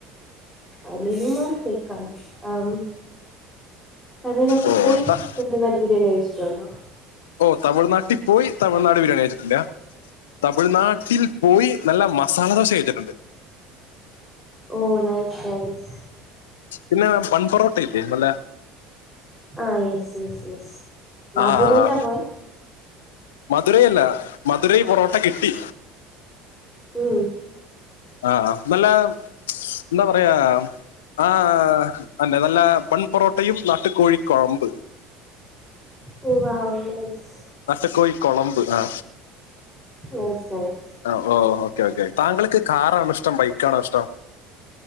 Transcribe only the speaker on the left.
ഓ
ത-
ഓ തമിഴ്നാട്ടിൽ പോയി തമിഴ്നാട് ബിരിയാണി കഴിച്ചിട്ടില്ല തമിഴ്നാട്ടിൽ പോയി നല്ല മ സാല ദോശ കയ്ച്ചിട്ടുണ്ട്.
പിന്നേ, ബൺ പൊറോട്ട ഇല്ലേ നല്ല
ആ ആ ആ
മധുരയെല്ല മധുരൈ പൊറോട്ട കെട്ടി.
ആഹ് ആഹ് നല്ല എന്താ പറയാ ആ അന്നെ നല്ലെ ബ പൊറോട്ടയും, നാട്ടു കോഴിക്കൊഴമ്പ്.
അച്ചക്കോഴ കുളമ്പ് ആ
ആഹ്, ഓ ഓക്കേ, ഓക്കെ താങ്കൾക്ക് കാറാണോ ഷ്ടം ബൈക്കാണോ ഷ്ടം?